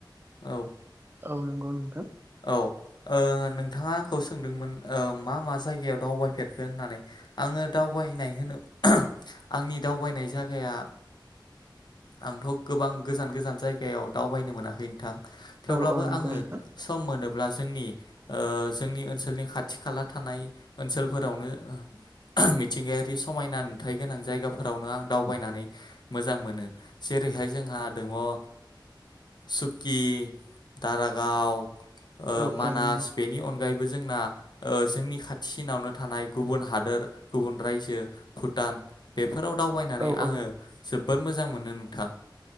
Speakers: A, on the left; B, on the right.
A: औ
B: औ नंगौ नोंथां।
A: औ ओ नोंथाङा आंखौ सोंदोंमोन ओ मा मा जायगायाव दावबायफेरखो होननानै आङो दावबायनाय होनो <unintelligible> आंनि दावबायनाय जागाया आंथ' गोबां गोजान गोजान जायगायाव दावबायनो मोनाखै नोंथां। थेवब्लाबो
B: औ औ नंगौ
A: आङो
B: नोंथां
A: सम मोनोब अब्ला जोंनि ओ जोंनि ओनसोलनि खाथि खाला थानाय ओनसोलफोरावनो ओ मिथिंगायारि समायना नुथायाइ गोनां जायगाफोरावनो आं दावबायनानै मोजां मोनो जेरैहाय जोंहा दङ ओ सुकि दारागाव ओ
B: औ
A: मानास
B: नंगौ
A: बेनि अनगायै जोंना ओ जोंनि खाथिसिनावनो थानाय गुबुन हादोर गुबुन रायजो भुटान बे बे फोराव दावबायनानै
B: औ
A: आङो
B: औ
A: जोबद मोजां मोनो नोंथां।